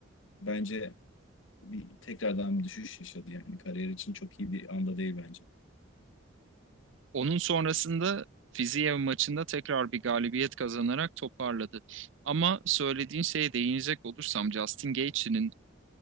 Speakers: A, on the left; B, on the right.
A: bence bir tekrardan bir düşüş yaşadı yani kariyer için çok iyi bir anda değil bence.
B: Onun sonrasında Fiziev maçında tekrar bir galibiyet kazanarak toparladı. Ama söylediğin şeye değinecek olursam Justin Gaethje'nin